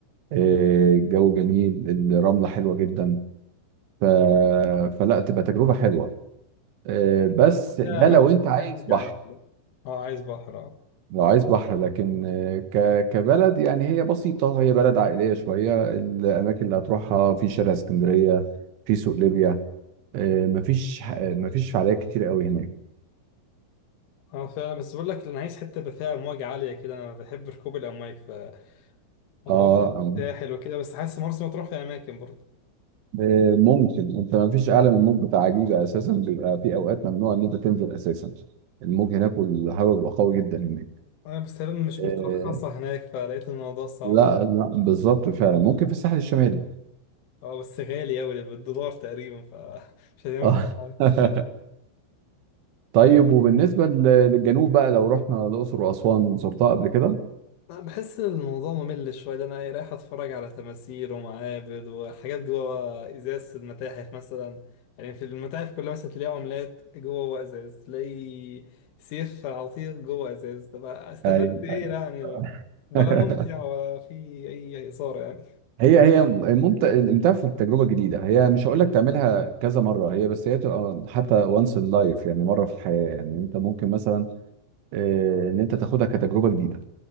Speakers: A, on the right; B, on the left.
A: آه، الجو جميل الرملة حلوة جدا ف... فلا تبقى تجربة حلوة آه، بس
B: فيها
A: ده
B: اماكن
A: لو انت عايز
B: فيها موج
A: بحر
B: عالي ده. اه عايز بحر اه
A: لو عايز بحر لكن آه، ك... كبلد يعني هي بسيطة هي بلد عائلية شوية الأماكن اللي هتروحها في شارع اسكندرية في سوق ليبيا آه، مفيش ح- مفيش فعاليات كتير قوي هناك
B: اه فعلا بس بقول لك انا عايز حته بقى فيها امواج عاليه كده انا بحب ركوب الامواج فدورت في
A: اه آه.
B: الساحل وكده بس حاسس مرسى مطروح في اماكن برضه
A: آه، ممكن انت مفيش اعلى من الموج بتاع عجيبة اساسا بيبقى في اوقات ممنوع ان انت تنزل اساسا الموج هناك والهواء بيبقى قوي جدا هناك
B: آه، بس تقريبا مش
A: آه،
B: مترخصه هناك فلقيت الموضوع صعب
A: لا لا بالظبط فعلا ممكن في الساحل الشمالي
B: اه بس غالي قوي بالدولار تقريبا فمش <laughs> هينفع
A: اه
B: أوي.
A: <laughs> طيب وبالنسبة ل- للجنوب بقى لو رحنا الأقصر وأسوان زرتها قبل كده
B: أنا بحس إن الموضوع ممل شويه ده انا إيه رايح اتفرج على تماثيل ومعابد وحاجات جوه ازاز المتاحف مثلا يعني في المتاحف كلها مثلا تلاقي عملات جوه ازاز تلاقي سيف عتيق جوه ازاز طب استفدت
A: أيوة.
B: ايه
A: أيوة.
B: يعني ولا
A: <laughs>
B: ممتع ولا في اي اثاره يعني
A: هي هي ممتع الامتاع في التجربة الجديدة هي مش هقول لك تعملها كذا مرة هي بس هي تبقى حتى وانس ان لايف يعني مرة في الحياة يعني انت ممكن مثلا آه، ان انت تاخدها كتجربة جديدة